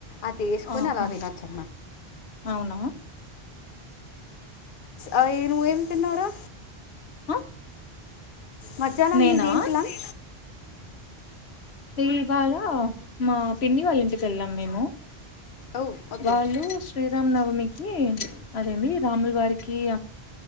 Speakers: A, on the left; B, on the left.
A: అది ఏసుకొని
B: ఆహా
A: అలా తినొచ్చు
B: అవునా
A: ఆ నువ్వేమి తిన్నవ్ రా
B: ఆ
A: మధ్యాహ్నం
B: నేనా
A: నీదెం ప్లాన్
B: ఇవాళ మా పిన్ని వాళ్ళ ఇంటికి వెళ్ళాను నేనూ
A: ఓ ఓకే
B: వాళ్ళు శ్రీ రామ్ నవమికి అదెంది రాములు వారికి